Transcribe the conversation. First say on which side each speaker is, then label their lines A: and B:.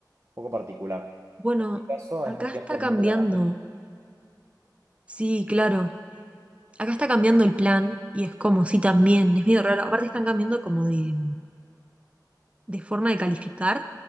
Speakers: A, on the right (about 40°); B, on the right (about 15°).
A: un poco particular.
B: Bueno,
A: caso
B: acá
A: es más bien
B: está
A: por
B: cambiando,
A: número de material.
B: sí, claro, acá está cambiando el plan y es como, sí, también, es medio raro, aparte están cambiando como de, de forma de calificar,